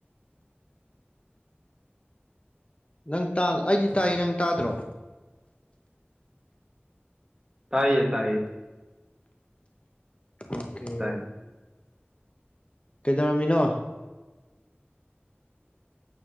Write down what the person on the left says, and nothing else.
ꯅꯪ ꯇꯥ ꯑꯩꯗꯤ ꯇꯥꯏꯌꯦ ꯅꯪ ꯇꯥꯗ꯭ꯔꯣ
ꯑꯣꯀꯦ
ꯀꯩꯗꯧꯔꯝꯃꯤꯅꯣ